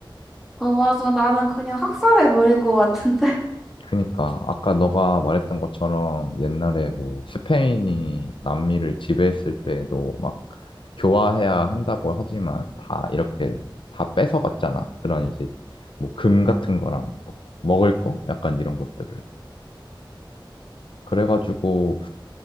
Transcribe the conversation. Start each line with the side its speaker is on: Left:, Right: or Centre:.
Centre: 어, 맞아. 나는 그냥 학살해버릴 것 같은데. <laughs>
Left: 그니까 아까 너가 말했던 것처럼 옛날에 뭐 스페인이 남미를 지배했을 때에도 막 교화해야 한다고 하지만 다 이렇게 다 뺏어갔잖아. 그런 이제 뭐 금 같은 거랑 먹- 먹을 거? 약간 이런 것들을. 그래가지고